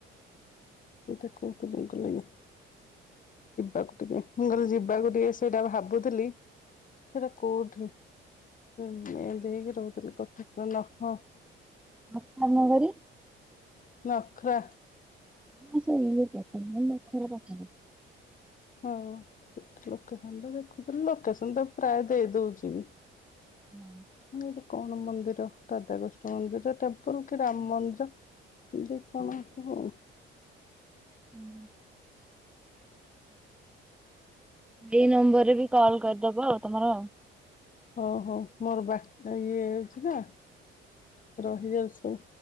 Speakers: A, on the left; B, in the centre.
A: ଏଇଟା କୋଉ ଫିଲମ କଲେଣି ଯିବାକୁ ଟିକେ ମୁଁ କହିଲି ଯିବାକୁ ଟିକେ ସେଇଟା ଭାବୁଥିଲି ସେଇଟା କୋଉଠି? ଏମିତି ଏମିତି ହେଇକି ରହୁଥିଲା କଥା ତ ନହଁ
B: ଟା। ନଗରୀ
A: ନଖରା
B: <unintelligible>
A: ହଁ ସେ ଲୋକେସନ ଟା ଦେଖୁଥିଲି, ଲୋକେସନ ତ ପ୍ରାୟ ଦେଇ ଦଉଛି ବି
B: ହଁ
A: ଏଟା କଣ ମନ୍ଦିର ରାଧାକୃଷ୍ଣ ମନ୍ଦିର ଟେମ୍ପଲ କି ରାମ ମନ୍ଦିର ଦେଖେ କଣ ହେଇଥିବ ଆଉ
B: ହୁଁ ଏଇ ନମ୍ବରରେ ବି କଲ କରିଦବ ଆଉ, ତମର
A: ହଉ ହଉ ମୋର ବାରଟା ଇଏ ହେଉଛି ନା ରହିଯାଉ ସବୁ